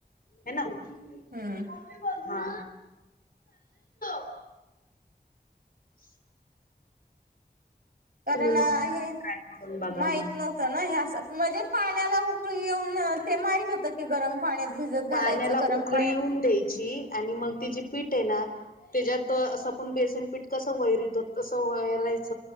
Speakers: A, on the left; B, on the right.
A: हाय ना. मम्मी
B: हम्म
A: पप्पा <unintelligible> <inaudible>
B: कारण
A: तुम्ही मग
B: हे
A: ट्राय करून बघा
B: माहित
A: मग
B: न्हवं त हे अस, म्हणजे पाण्याला उकळी येऊन ते माहित होत की गरम पाण्यात भिजत घालायचं
A: पाण्याला
B: गरम
A: उखळी
B: पाण्यात
A: येऊन द्यायची आणि मग ति जे पीठ आहे ना तेज्यात असं आपण बेसन पीठ कसं वैरीतो तसं वैरायच